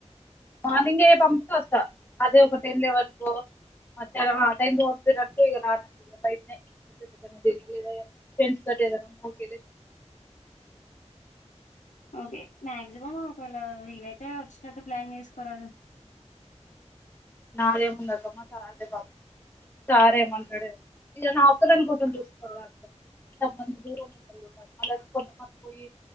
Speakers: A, on the left; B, on the left.
A: మార్నింగ్ పంపితే వస్తా అదే ఒక టెన్ లెవెన్ కు మధ్యాహ్నం ఆ టై <unintelligible> ఇగ బయటనే <unintelligible> ఫ్రెండ్స్ తోటి <unintelligible>
B: ఓకే మాక్సిమం ఒకేవేళ వీలైతే వచ్చేటట్టు ప్లాన్ చేసుకోరాదు
A: నాది ఏం ఉంది అక్క మా సార్ అంటే <unintelligible> సారేమంటాడు ఏమో ఇద నా ఒక్కదాని కోసం చూసుకోవల అక్క కొంతమంది దూరం ఉండారూ మ అలా కొంతమంది పోయి